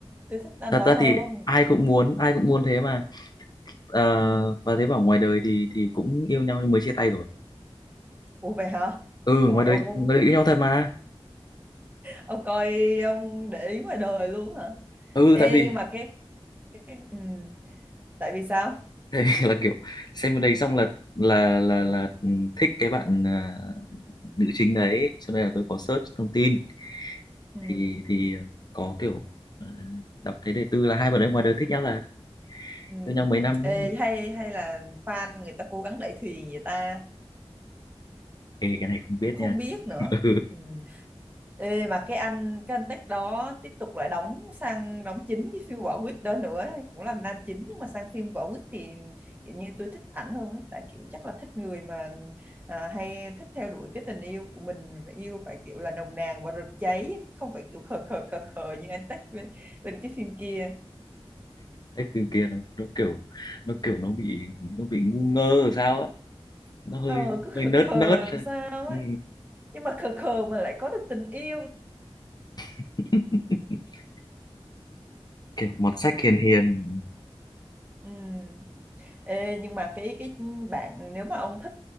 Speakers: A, on the right; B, on the left.
A: tôi thích anh
B: thật
A: đó
B: ra
A: hơn
B: thì ai cũng muốn ai cũng muốn thế mà Ờ,
A: Ừm.
B: và thế bảo ngoài đời thì thì cũng yêu nhau nhưng mới chia tay rồi
A: Ủa vậy hả
B: ừ
A: trời
B: ngoài đời
A: ông ông
B: ngoài đời yêu nhau thật mà
A: ông coi ông để ý ngoài đời luôn hả
B: ừ
A: Ê
B: tại vì
A: nhưng mà cái ừ. tại vì sao
B: <laughs> tại vì là kiểu xem bên đấy xong là là là là ừ, thích cái bạn à, nữ chính đấy cho nên là tôi có search thông tin
A: ừ.
B: thì thì ờ, có kiểu à, đọc thấy đề tư là hai bạn ấy ngoài đời thích nhau là
A: Ừ.
B: yêu nhau mấy năm đấy
A: Ê, hay hay là fan người ta cố gắng đẩy thuyền vậy ta
B: Ê, cái này không biết
A: cũng không
B: nha
A: biết nữa
B: <laughs>
A: ừ. Ê, mà cái anh cái anh tech đó tiếp tục lại đóng sang đóng chính cái phim Quả Quýt đó nữa ấy. cũng làm nam chính nhưng mà sang phim Quả Quýt thì kiểu như tôi thích ảnh hơn ấy tại kiểu chắc là thích người mà à, hay thích theo đuổi cái tình yêu của mình yêu phải kiểu là nồng nàn và rực cháy không phải kiểu khờ khờ khờ khờ như anh tech bên, bên cái phim kia
B: cái từ kia nó, nó kiểu nó kiểu nó bị nó bị ngu ngơ rồi sao á nó hơi
A: ờ cứ khờ
B: hơi nớt
A: khờ
B: nớt
A: làm sao ấy
B: ừ.
A: nhưng mà khờ khờ mà lại có được tình yêu
B: <laughs> kiểu mọt sách hiền hiền
A: ừ. Ê, nhưng mà cái cái bạn nếu mà ông thích